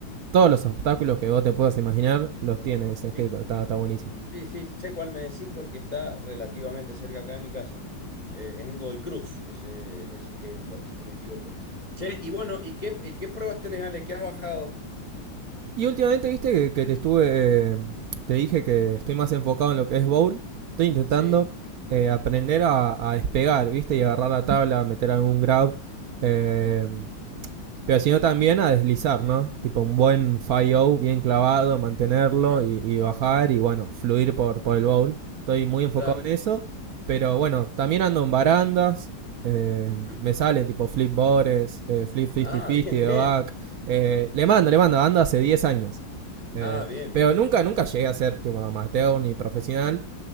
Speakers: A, on the right (about 70°); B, on the left (about 40°).
A: Todos los obstáculos que vos te puedas imaginar los tiene ese skatepark,
B: sí.
A: está, está buenísimo.
B: Sí, sí, sé cuál me decís porque está relativamente cerca acá de mi casa. Eh, es en Godoy Cruz, ese, ese skatepark, si no me equivoco. Che, y bueno, ¿y qué, y qué pruebas tenés, Ale? ¿Qué has bajado?
A: Y últimamente, viste que, que te estuve. eh, Te dije que estoy más enfocado en lo que es bowl. Estoy intentando
B: Sí.
A: eh, aprender a, a despegar, viste, y agarrar la tabla, meter algún grab.
B: Uf,
A: Eh, Pero sino también a deslizar, ¿no? Tipo un buen 5 bien clavado, mantenerlo
B: Ajá,
A: y, y bajar y bueno, fluir por, por el bowl. Estoy muy enfocado
B: claro.
A: en eso. Pero bueno, también ando en barandas. eh,
B: Ujú.
A: me sale tipo flip bores, eh, flip 50-50
B: Ah, bien, bien.
A: de back. eh, le mando, le mando, ando hace 10 años. Eh,
B: Ah, bien,
A: pero
B: bien, bien.
A: nunca, nunca llegué a ser tipo amateur ni profesional.